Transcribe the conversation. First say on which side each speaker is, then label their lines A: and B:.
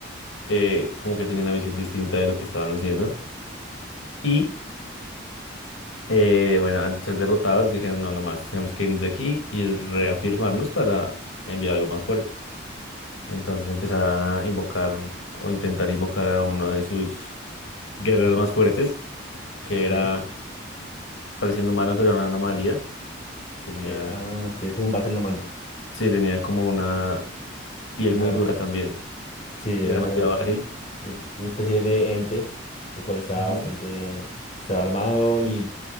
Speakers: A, on the left (about 85°); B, on the left (about 35°).
A: eh, como que tenía una visión distinta de lo que estaban haciendo. Y Eh, bueno, al ser derrotados dijeron, no, no más, tenemos que irnos de aquí y reafirmarnos para enviar algo más fuerte. Entonces empezaron a invocar o intentar invocar a uno de sus guerreros más fuertes, que
B: Sí,
A: era, parecía un humano, pero era una anomalía. Tenía,
B: que ah, tiene como un bate en la mano.
A: sí, tenía como una piel
B: Un
A: muy
B: arma.
A: dura también
B: Sí, era.
A: y era demasiado ágil.
B: un- una especie de ente, el cual estaba
A: Ujú,
B: bastante, estaba armado y